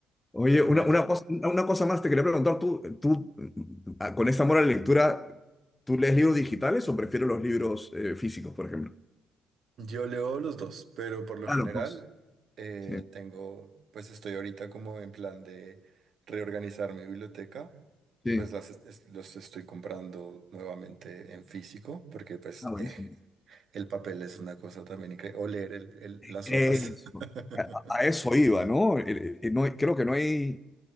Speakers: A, on the left; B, on the right.
A: Oye,
B: Pero
A: una,
B: bueno,
A: una cosa, una cosa más te quería preguntar, tú, tú, mm, ah, con ese amor a la lectura, ¿tú lees libros digitales o prefieres los libros eh, físicos, por ejemplo?
B: yo leo los dos, pero por lo
A: Ah,
B: general
A: los dos.
B: eh,
A: Sí.
B: tengo, pues estoy ahorita como en plan de reorganizar mi biblioteca y
A: Sí.
B: pues las, es- es- los estoy comprando nuevamente en físico porque pues
A: Ah, buenísimo.
B: eh, el papel es una cosa también increíble, o leer el- el- las
A: Eso.
B: hojas. <laughs>
A: A, a eso iba, ¿no? Eh, eh, no hay- creo que no hay,